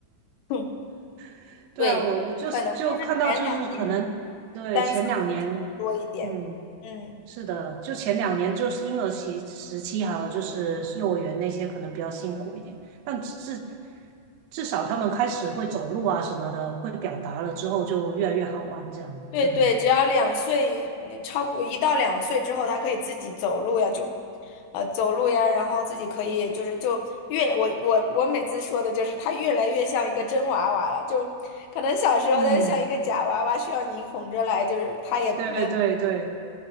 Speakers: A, on the left (about 80°); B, on the right (about 85°).
A: 哼，
B: <laughs> 对啊，
A: 对对，
B: 我我就是就看到就是可能对前两年，
A: 可能就是前两年单向付出的多一点。
B: 嗯。
A: 嗯。
B: 是的，就前两年就是婴儿期时期，还有就是幼儿园那些可能比较辛苦一点，但至至少他们开始会走路啊什么的，会表达了之后就越来越好玩这样。
A: 对对，
B: 嗯
A: 只要两岁，嗯超过一到两岁之后，他可以自己走路呀，就，呃，走路呀，然后自己可以就是就越我我我每次说的就是他越来越像一个真娃娃了，就可能小时候他像一个假娃娃，
B: 嗯，
A: 需要你哄着来，就是他也没有
B: 对对对